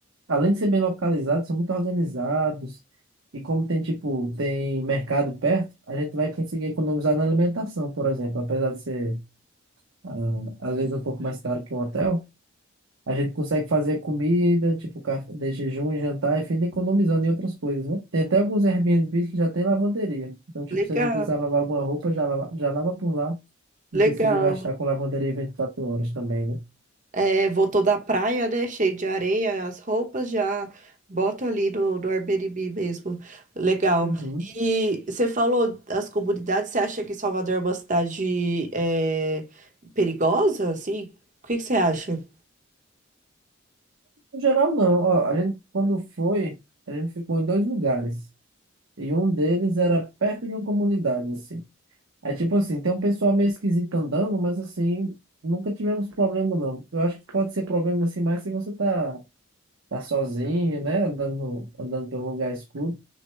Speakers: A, on the right (about 80°); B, on the right (about 40°).
A: além de ser bem localizados, são muito organizados. E como tem, tipo, tem mercado perto, a gente vai conseguir economizar na alimentação, por exemplo, apesar de ser, ah, às vezes, um pouco mais caro que um hotel. A gente consegue fazer comida, tipo, café de jejum e jantar, e fim economizando em outras coisas, né? Tem até alguns Airbnbs que já tem lavanderia. Então, tipo,
B: Legal,
A: se a gente precisar lavar alguma roupa, já lava, já lava por lá. Não
B: legal.
A: precisa gastar com lavanderia 24 horas também, né?
B: É, voltou da praia, né? Cheio de areia, as roupas já bota ali no, no Airbnb mesmo. Legal.
A: Uhum.
B: E você falou das comunidades, você acha que Salvador é uma cidade é, perigosa, assim? O que que você acha?
A: No geral, não. Ó, a gente, quando foi, a gente ficou em dois lugares. E um deles era perto de uma comunidade, assim. Aí, tipo assim, tem um pessoal meio esquisito andando, mas assim, nunca tivemos problema, não. Eu acho que pode ser problema, assim, mais se você tá tá sozinho, né? Andando, andando pelo lugar escuro.